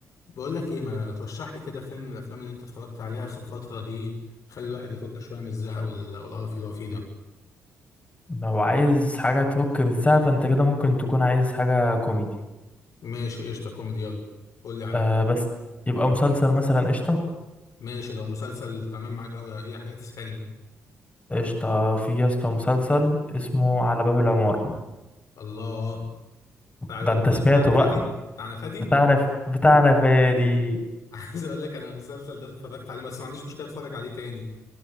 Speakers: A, on the left (about 55°); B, on the left (about 20°).
A: بقول لك ايه ما ترشح لي كده فيلم من الافلام اللي انت اتفرجت عليها اخر فتره دي خلي الواحد يفك شويه من الزهق وال- والقرف اللي هو فيه ده
B: لو عايز حاجة تفك من الزعل فانت كده ممكن تكون عايز حاجة كوميدي
A: ماشي قشطه كوميدي يلا قول لي على
B: آه
A: حاجه
B: بس يبقى مسلسل مثلا قشطة
A: ماشي لو مسلسل تمام معاك قوي اي حاجه تسحلني
B: قشطة في يا اسطى مسلسل اسمه على باب العمارة
A: الله بتاع الواد
B: ده انت سمعته
A: بتاعنا فادي
B: بقى
A: بتاعنا فادي
B: بتاعنا ف... بتاعنا فادي
A: <laughs> عايز اقول لك انا المسلسل ده اتفرجت عليه بس ما عنديش مشكله اتفرج عليه تاني